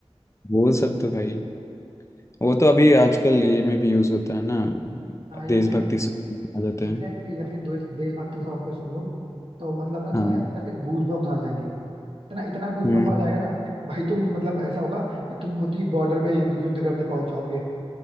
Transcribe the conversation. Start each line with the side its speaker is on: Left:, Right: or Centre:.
Left: वो सब तो भाई वो तो अभी आजकल ये में भी यूज होता है ना
Right: हाँ या
Left: देशभक्ति
Right: फिर
Left: सॉन्ग आ जाते
Right: एग्जैक्टली
Left: हैं
Right: exactly, या फिर देश देशभक्ति सॉन्ग कोई सुन लो तो मतलब ना
Left: हाँ
Right: तुम्हें अंदर से गूज बम्स आ जाएंगे इतना इतना गूजबम्प
Left: हम्म।
Right: आ जाएगा ना भाई तुम मतलब ऐसा होगा कि तुम खुद ही बॉर्डर पे युद्ध करने पहुंच जाओगे